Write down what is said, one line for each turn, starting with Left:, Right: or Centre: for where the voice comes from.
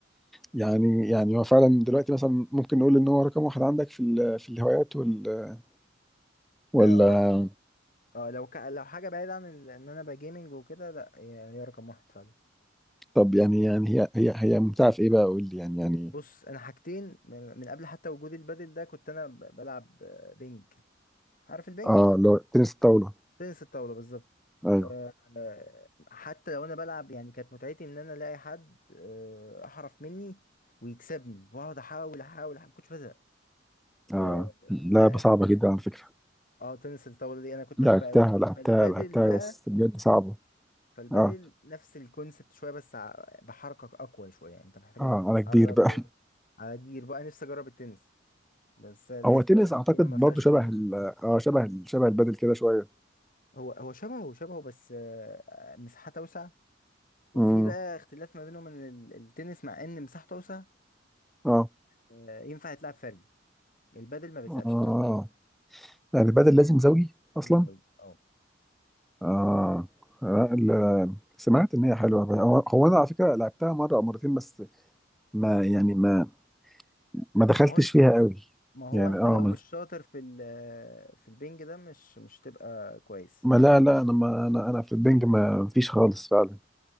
Centre: يعني يعني هو فعلا دلوقتي مثلا ممكن نقول ان هو رقم واحد عندك في ال... في الهوايات وال... ولا
Left: اه اه آه، لو ك... لو حاجه بعيده عن ال- ان انا بجيمنج وكده لا هي هي رقم واحد فعلا
Centre: طب يعني يعني هي هي هي ممتعة في ايه بقى قول لي يعني يعني
Left: بص انا حاجتين من من قبل حتى وجود البادل ده كنت انا ب- بلعب آه، بينج عارف البينج
Centre: اه لو تنس الطاولة
Left: تنس الطاوله بالظبط
Centre: ايوه
Left: آه، آه، حتى لو انا بلعب يعني كانت متعتي ان انا الاقي حد آه، احرف مني ويكسبني واقعد احاول احاول أحاول، ما كنتش بزهق آه،
Centre: اه لعبة
Left: ف
Centre: صعبة جدا على فكرة
Left: اه تنس الطاوله دي انا كنت
Centre: لعبتها
Left: بحبها قوي
Centre: لعبتها
Left: فالبادل
Centre: لعبتها
Left: بقى
Centre: بس بجد صعبة
Left: فالبادل
Centre: اه
Left: نفس الكونسبت شويه بس ع- بحركك اقوى شويه يعني انت محتاج
Centre: اه
Left: انك تتحرك
Centre: انا كبير بقى
Left: و... على جير بقى نفسي اجرب التنس بس
Centre: <laughs>
Left: الحتة
Centre: هو التنس
Left: اللي انا
Centre: اعتقد
Left: فيها ما فيهاش
Centre: برضو شبه
Left: تنس
Centre: ال اه شبه ال شبه البادل كده شوية
Left: هو هو شبهه شبهه بس آه، مساحات اوسع وفي
Centre: امم
Left: بقى اختلاف ما بينهم ان ال- التنس مع ان مساحته اوسع
Centre: اه
Left: آه، ينفع يتلعب فردي البادل ما بيتلعبش
Centre: اه
Left: فردي
Centre: يعني البادل لازم زوجي اصلا
Left: لازم زوجي اه
Centre: اه آه، ال- سمعت ان هي حلوه بقى. هو هو انا على فكره لعبتها مره او مرتين بس ما يعني ما ما دخلتش
Left: ما هو انت
Centre: فيها قوي
Left: ما هو
Centre: يعني
Left: انت
Centre: اه
Left: لو
Centre: ما
Left: مش شاطر في ال في البنج ده مش مش تبقى كويس
Centre: ما لا لا انا ما انا انا في البنج ما فيش خالص فعلا